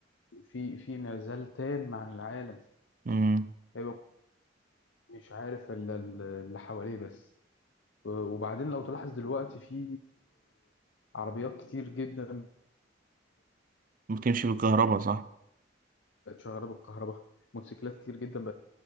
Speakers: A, on the left; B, on the right.
A: في في انعزال تام عن العالم
B: مم.
A: هيبقى مش عارف الا ال- اللي حواليه بس وبعدين لو تلاحظ دلوقتي في آه، عربيات كتير جدا
B: بتمشي بالكهرباء صح
A: بقت شغاله بالكهرباء موتوسيكلات كتير جدا بقت